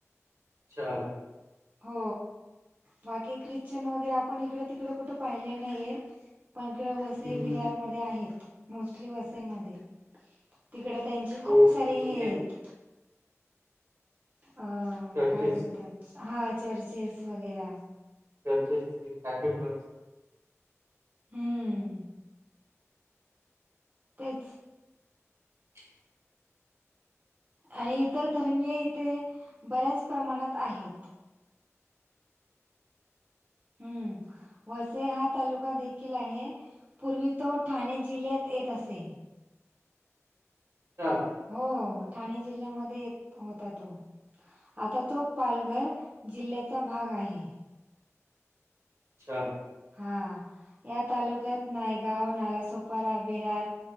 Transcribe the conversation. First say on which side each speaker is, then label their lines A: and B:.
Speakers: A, on the right; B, on the right.
A: अच्छा
B: हो बाकी ख्रिश्चन वगैरे आपण इकडं तिकडं कुठे पाहिले नाहीयेत. पण इकडं वसई
A: हं.
B: विरारमध्ये आहेत मोस्टली वसईमध्ये तिकड त्यांची खूप
A: हो,
B: सारे
A: ते
B: हे
A: जुने
B: आहेत. अ
A: चर्चेस
B: काय बोलतात हा चर्चेस वगैरा
A: त्यांचेच ते हॅपी क्लब
B: हुं तेच
A: <unintelligible>
B: आणि इतर धर्मीय इथे बऱ्याच प्रमाणात आहेत. हम्म वसई हा तालुका देखील आहे. पूर्वी तो ठाणे जिल्ह्यात येत असे.
A: ता
B: हो हो ठाणे जिल्ह्यामध्ये येत होता तो. आता तो पालघर जिल्ह्याचा भाग आहे.
A: अच्छा
B: हा या तालुक्यात नायगाव, नालासोपारा, विरार